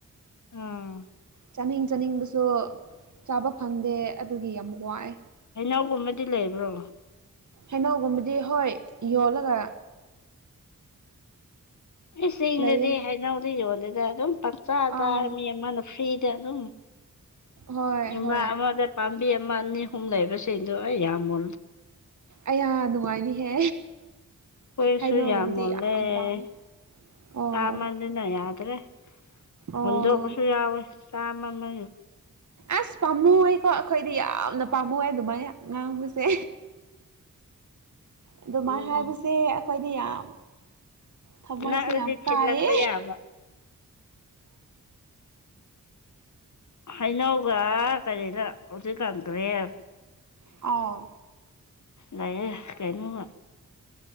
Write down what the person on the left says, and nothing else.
ꯎꯝ
ꯍꯩꯅꯧꯒꯨꯝꯕꯗꯤ ꯂꯩꯕ꯭ꯔꯣ
ꯑꯩ
<unintelligible> ꯍꯥꯏꯅꯧꯗꯤ ꯌꯣꯜꯗꯦꯗ ꯑꯗꯨꯝ ꯄꯪꯆꯥꯥ ꯆꯥꯔ
ꯃꯤ ꯑꯃꯅ ꯐ꯭ꯔꯤꯗ ꯑꯗꯨꯝ
ꯏꯃ
ꯑꯃꯗ ꯄꯥꯝꯕꯤ ꯑꯃ ꯑꯅꯤ ꯑꯍꯨꯝ ꯂꯩꯕꯁꯤꯡꯗꯨꯣ ꯑꯩ ꯌꯥꯝꯃꯨ
ꯀꯁꯨ
ꯌꯥ ꯃ
ꯂꯩ
ꯇꯥ ꯃ ꯑꯗꯨꯅ ꯌꯥꯗ꯭ꯔꯦ
ꯍꯣꯟꯗꯣꯛꯄꯁꯨ ꯌꯥꯎꯋꯦ ꯆꯥꯝꯃꯅ
ꯑꯣ
ꯅꯛꯑꯗꯤ
ꯊꯤꯜꯂꯛꯄ
ꯌꯥꯕ ꯍꯩꯅꯧꯒ ꯀꯔꯤꯗ ꯍꯧꯖꯤꯛ ꯀꯥꯟꯈ꯭ꯔꯦ
ꯂꯩꯑꯦ ꯀꯩꯅꯣꯃ